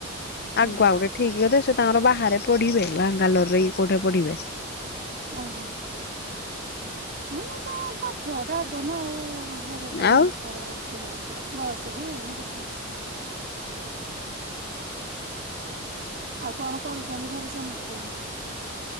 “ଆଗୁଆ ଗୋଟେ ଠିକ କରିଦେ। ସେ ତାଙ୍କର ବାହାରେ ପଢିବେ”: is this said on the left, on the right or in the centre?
Left